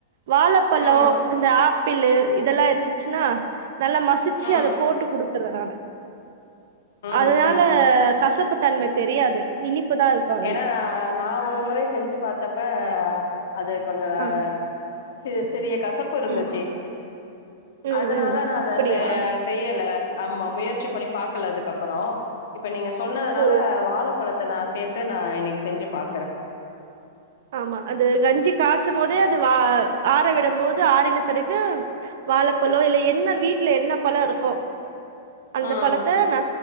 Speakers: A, on the right; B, on the left.
A: வாழைப்பழோ
B: ம்
A: இந்த ஆப் ப்பிள் இதெல்லா இருந்துச்சுன்னா நல்லா மசிச்சு
B: ம்
A: அத போட்டு குடுத்துருவே நானு
B: ம்
A: அதனால
B: ம்
A: கசப்பு தன்மை தெரியாது இனிப்புதா இருக்கு அதுல
B: ஏனா நா ஒரு முறை செஞ்சு பாத்தப்ப அது கொஞ்சோ வேற
A: ஆ
B: சிறு சிறிய கசப்பு இருந்துச்சு
A: ம் ம்
B: அதனால
A: ம்
B: நா
A: அப்படியா
B: அத செ செய்யல ஆமா முயற்சி பண்ணி பாக்கல அதுக்கப்றோ இப்ப நீங்க சொன்னதுனால
A: ஓ
B: வாழப் பழத்த நா சேத்து நா இன்னக்கி செஞ்ச பாக்குறே
A: ஆமா அது கஞ்சி காய்ச்சு போதே அது வா ஆற விடபோது ஆறன பிறகு வாழைப்பழோ இல்ல என்ன வீட்ல என்ன பழோ இருக்கோ அந்த
B: ம்
A: பழத்த நா